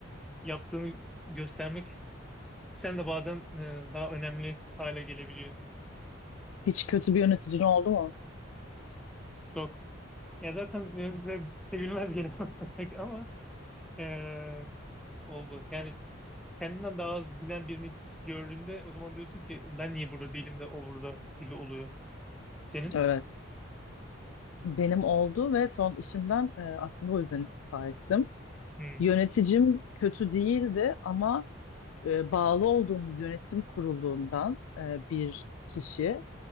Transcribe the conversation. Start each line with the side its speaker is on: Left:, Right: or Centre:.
Centre: yaptığını göstermek sen de bazen eee, daha önemli hale gelebiliyor.
Left: Hiç kötü bir yöneticin oldu mu?
Centre: Çok. Ya zaten yöneticiler sevilmez genel olarak <laughs> ama eee, oldu. Yani kendinden daha az bilen birini gördüğünde o zaman diyorsun ki ben niye burada değilim de o burada gibi oluyor. Senin?
Left: Evet. Benim oldu ve son işimden e, aslında o yüzden istifa ettim.
Centre: Hmm,
Left: Yöneticim kötü değildi ama e, bağlı olduğumuz yönetim kurulundan e, bir kişi